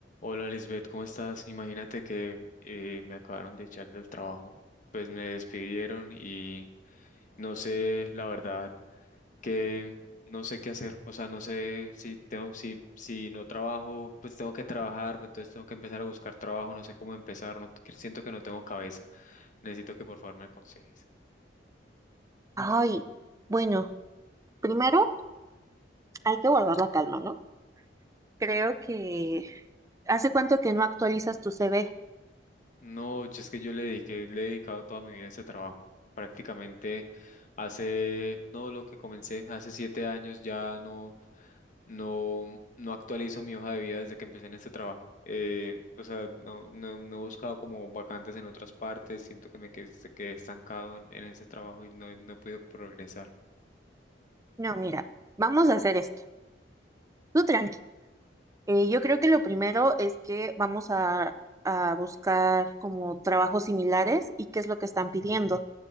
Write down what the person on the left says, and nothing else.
Hola Lisbeth, ¿cómo estás? Imagínate que eh, me acabaron de echar del trabajo. Pues me despidieron y no sé, la verdad, que no sé qué hacer. O sea, no sé si tengo, si, si no trabajo, pues tengo que trabajar, pues entonces tengo que empezar a buscar trabajo, no sé cómo empezar, no, que siento que no tengo cabeza. Necesito que por favor me aconsejes.
No, yo es que yo le dediqué, le he dedicado toda mi vida a ese trabajo. Prácticamente hace, no lo que comencé, hace siete años ya no, no, no actualizo mi hoja de vida desde que empecé en este trabajo. Eh, o sea, no, no, no he buscado como vacantes en otras partes, siento que me quedé, quedé estancado en, en ese trabajo y no, no he podido progresar.